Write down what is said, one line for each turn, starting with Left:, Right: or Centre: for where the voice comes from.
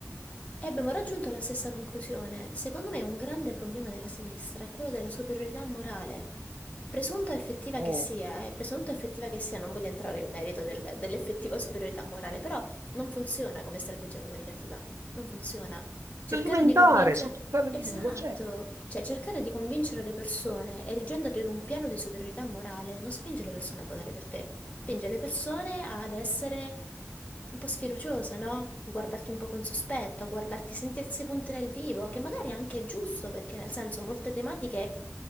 Left: E abbiamo raggiunto la stessa conclusione. Secondo me un grande problema della sinistra è quello della superiorità morale. Presunta o effettiva
Right: Oh,
Left: che sia, eh, presunta o effettiva che sia, non voglio entrare in merito del- dell'effettiva superiorità morale, però non funziona come strategia comunicativa. Non funziona. Cercare
Right: Elementare,
Left: di convincere...
Right: su tutte le linee,
Left: Esatto,
Right: ma certo.
Left: cioè cercare di convincere le persone erigendoti in un piano di superiorità morale non spinge le persone a votare per te, spinge le persone ad essere un po' sfiduciose, no? Guardarti un po' con sospetto, a guardarti, sentirsi punti nel vivo, che magari anche è giusto, perché nel senso molte tematiche